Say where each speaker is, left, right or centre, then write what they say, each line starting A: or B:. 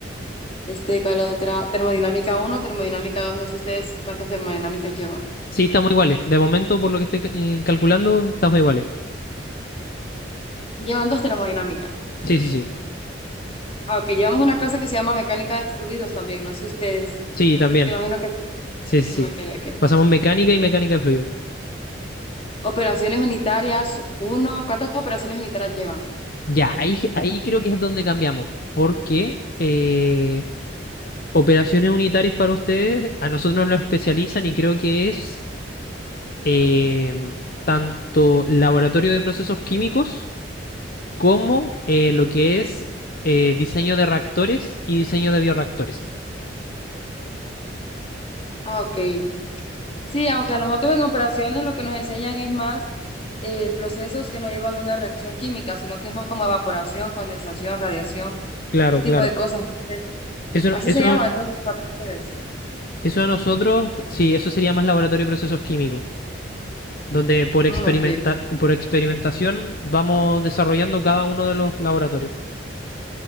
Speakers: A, on the left; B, on the left.
A: este, ¿cuál otra? Termodinámica uno, termodinámica 2. no sé ustedes cuántas termodinámicas llevan.
B: Sí, estamos iguales. De momento, por lo que estoy ca- eh, calculando, estamos iguales.
A: Llevan dos termodinámicas.
B: Sí, sí, sí.
A: Aunque llevamos una clase que se llama mecánica de fluidos también, no sé ustedes.
B: Sí, también.
A: Me imagino que...
B: Sí,
A: Ok,
B: sí, sí.
A: ok.
B: Pasamos mecánica
A: Eh,
B: y mecánica de fluido.
A: operaciones unitarias uno. ¿cuántas operaciones unitarias llevan?
B: Ya, ahí, ahí creo que es donde cambiamos. Porque eh, Operaciones unitarias para ustedes, a nosotros nos lo especializan y creo que es em, tanto laboratorio de procesos químicos como eh, lo que es eh, diseño de reactores y diseño de bioreactores.
A: Ah, ok. Sí, aunque a nosotros en operaciones lo que nos enseñan es más eh, procesos que no llevan una reacción química, sino que es más como evaporación, condensación, radiación,
B: Claro,
A: este tipo
B: claro.
A: de cosas. Eh,
B: Eso,
A: Así
B: eso,
A: se llama entonces para ustedes.
B: eso a nosotros, sí, eso sería más laboratorio de procesos químicos, donde por experimenta-
A: Mm, ok.
B: por experimentación vamos desarrollando cada uno de los laboratorios.